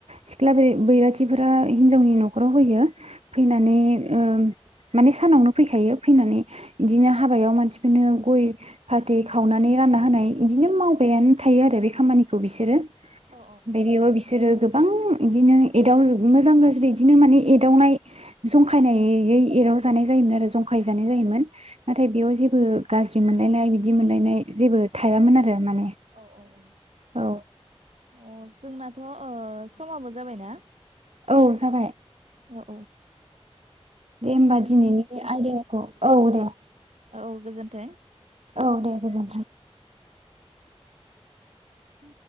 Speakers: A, on the right; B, on the right.
A: सिख्ला बैराथिफोरा हिन्जावनि नखराव होयो। फैनानै ओ माने सानावनो फैखायो। फैनानै बिदिनो हाबायाव मानसि फोरनो गय फाथै खावनानै रानना होनाय बिदिनो मावबायानो थायो आरो बे खामानिखौ बिसोरो। बेबो
B: ओ उम औ अ
A: बिसोरो गोब- गोबां बिदिनो एदाव मोजां गाज्रि इदिनो माने एदावनाय, जं खायनायै
B: अ
A: एाराव जानाय जायोन आरो जंग थखायजानाय जायोमोन,
B: औ
A: नाथाय बेयाव जेबो गाज्रि मोनलायनाय बिदि मोनलायनाय जेबो थायामोन आरो माने
B: औ औ औ
A: औ।
B: अ जोंनाथ' ओ समाबो जाबायना।
A: औ जाबाय।
B: ओ औ।
A: दे होमबा दिनैनि आयदायाखौ। औ दे।
B: औ गोजोन्थों।
A: औ दे गोजोनथों।
B: उ।